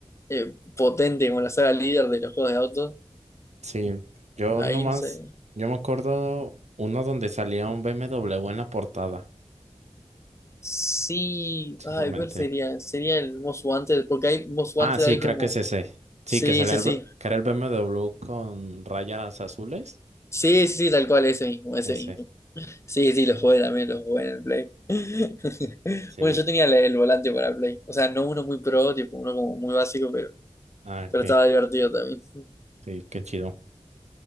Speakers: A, on the left; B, on the right.
A: eh, potente, como la saga líder de los juegos de auto.
B: Sí. Yo
A: Ahí
B: nomás,
A: no sé.
B: yo me acuerdo uno donde salía un BMW en la portada.
A: Sí,
B: Solamente.
A: ay, ¿cuál sería? Sería el Most Wanted, porque hay Most Wanted
B: Ah, sí,
A: hay
B: creo
A: como.
B: que es ese. Sí,
A: Sí,
B: que salía
A: sí,
B: el,
A: sí.
B: B- que era el BMW con rayas azules.
A: Sí, sí, sí, tal cual, ese mismo, ese
B: Ese.
A: mismo. Sí, sí, los jugué también, los jugué en el Play. <laughs>
B: Sí.
A: Bueno, yo tenía el, el volante para Play. O sea, no uno muy pro, tipo uno como muy básico, pero,
B: Ah,
A: pero
B: ok.
A: estaba divertido también. <laughs>
B: Sí, qué chido.